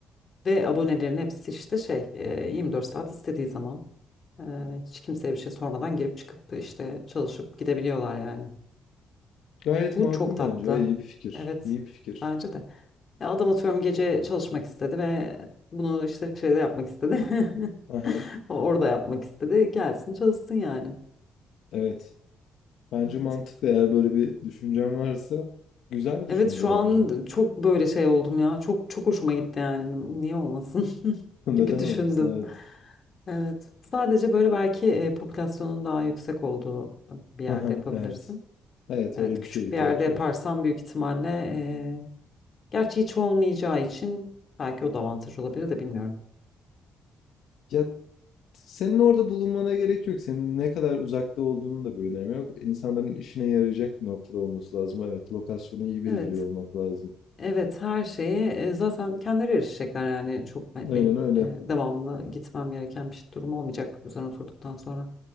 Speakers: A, on the left; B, on the left.
A: ve abonelerin hepsi işte şey e, 24 saat istediği zaman Ee, hiç kimseye bir şey sormadan girip çıkıp işte çalışıp gidebiliyorlar yani.
B: Gayet
A: Bu
B: makul
A: çok tatlı.
B: bence ya. iyi bir fikir.
A: Evet,
B: İyi bir fikir.
A: bence de. Ya adam atıyorum gece çalışmak istedi ve bunu işte şeyde yapmak istedi.
B: Aha,
A: <laughs> Orada yapmak istedi. Gelsin çalışsın yani.
B: evet. Bence
A: Evet.
B: mantıklı eğer böyle bir düşüncen varsa. Güzel bir
A: Evet
B: düşünce
A: şu an
B: bence.
A: çok böyle şey oldum ya. Çok çok hoşuma gitti yani. Niye olmasın <laughs>
B: <laughs> Neden
A: gibi düşündüm.
B: olmasın? Evet.
A: Evet. Sadece böyle belki e, popülasyonun daha yüksek olduğu bir yerde
B: Aha,
A: yapabilirsin.
B: evet. Evet
A: Evet,
B: öyle
A: küçük
B: bir şeye ihtiyaç
A: bir yerde yaparsam
B: var.
A: büyük ihtimalle eee, gerçi hiç olmayacağı için belki o da avantaj olabilir de bilmiyorum.
B: Ya senin orada bulunmana gerek yok. Senin ne kadar uzakta olduğunun da bir önemi yok. İnsanların işine yarayacak bir noktada olması lazım. Evet, lokasyonu iyi belirliyor
A: Evet,
B: olmak lazım.
A: evet her şeyi e, zaten kendileri erişecekler yani çok be-
B: Aynen
A: benim
B: öyle.
A: e, devamlı gitmem gereken bir durum olmayacak üzerine oturduktan sonra.